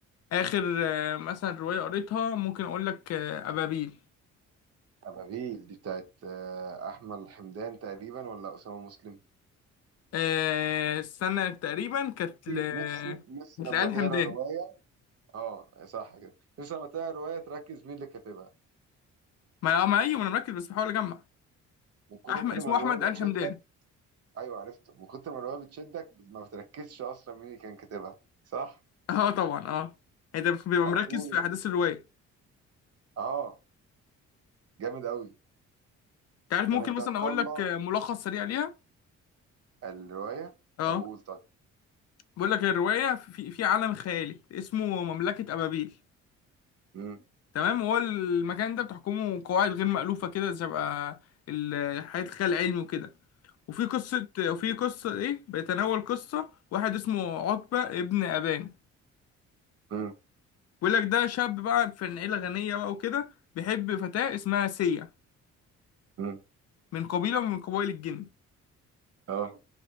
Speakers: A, on the left; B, on the right.
A: اخر آه، مثلا روايه قريتها ممكن اقول لك آه، ابابيل
B: ابابيل دي بتاعت آه، احمد حمدان تقريبا ولا اسامه مسلم
A: آه، السنه تقريبا كانت ل
B: نفسي نفسي نفسي
A: كانت
B: لما
A: لآل
B: تقرا
A: حمدان
B: روايه اه صح كده نفسي لما تلاقي روايه تركز مين اللي كاتبها
A: ما اه ما ايوه ما انا مركز بس بحاول اجمع
B: من كتر
A: احمد اسمه
B: ما الروايه
A: احمد آل
B: بتشدك
A: حمدان
B: ايوه عرفته من كتر ما الروايه بتشدك ما بتركزش اصلا مين اللي كان كاتبها صح
A: <laughs> اه طبعا اه انت بتبقى
B: على
A: مركز
B: طول
A: في احداث الروايه
B: اه جامد قوي
A: انت عارف ممكن
B: طب انت
A: مثلا
B: ان
A: اقول
B: شاء الله
A: لك آه، ملخص سريع ليها
B: الروايه
A: اه
B: طب قول طيب
A: بقول لك الروايه في في عالم خيالي اسمه مملكه ابابيل
B: مم.
A: تمام هو المكان ده بتحكمه قواعد غير مألوفه كده شبه ال- حياه الخيال العلمي وكده وفي قصة وفي قصة إيه بيتناول قصة واحد اسمه عتبة ابن أبان
B: مم.
A: بيقول لك ده شاب بقى في عيلة غنية بقى وكده بيحب فتاة اسمها سية
B: مم.
A: من قبيلة من قبائل الجن
B: اه